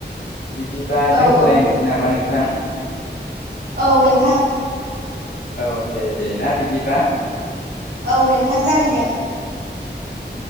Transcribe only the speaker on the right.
औ
औ
औ नोंथां।
औ नोंथां जागोन दे।